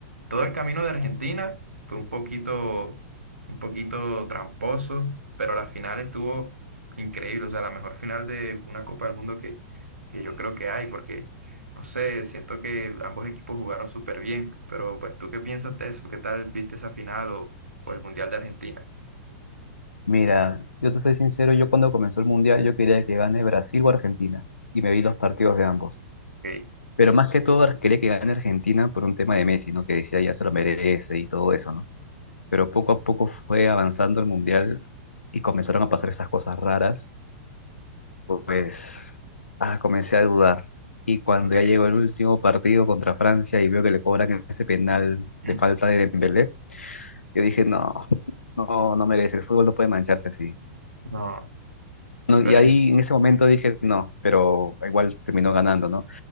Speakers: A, on the right; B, on the left.
A: todo el camino de Argentina fue un poquito, un poquito tramposo, pero la final estuvo increíble, o sea, la mejor final de una Copa del Mundo que, que yo creo que hay, porque, no sé, siento que ambos equipos jugaron súper bien, pero pues tú qué piensas de eso, qué tal viste esa final o, o el Mundial de Argentina.
B: Mira, yo te soy sincero, yo cuando comenzó el mundial yo quería que gane Brasil o Argentina y me vi los partidos de ambos.
A: Ok,
B: Pero más que todo quería que gane Argentina por un tema de Messi, ¿no? Que decía ya se lo merece y todo eso, ¿no? Pero poco a poco fue avanzando el Mundial y comenzaron a pasar esas cosas raras, pues ah, comencé a dudar. Y cuando
A: ok,
B: ya llegó el último partido contra Francia y veo que le cobran ese penal
A: <clears throat> mm,
B: de falta de Dembélé, yo dije, no, no, no merece, el fútbol no puede mancharse así.
A: no,
B: No,
A: pero
B: y ahí en ese momento dije, no, pero igual terminó ganando, ¿no?